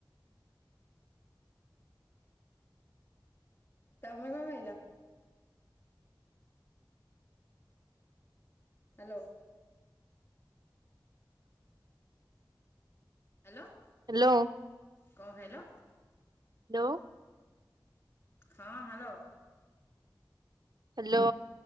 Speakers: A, on the left (about 35°); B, on the right (about 60°).
A: ତମେ କଣ ଖାଇଲ? ହ୍ୟାଲୋ। ହ୍ୟାଲୋ।
B: ହ୍ୟାଲୋ।
A: କଣ ଖାଇଲ?
B: ହ୍ୟାଲୋ।
A: ହଁ ହ୍ୟାଲୋ।
B: ହ୍ୟାଲୋ।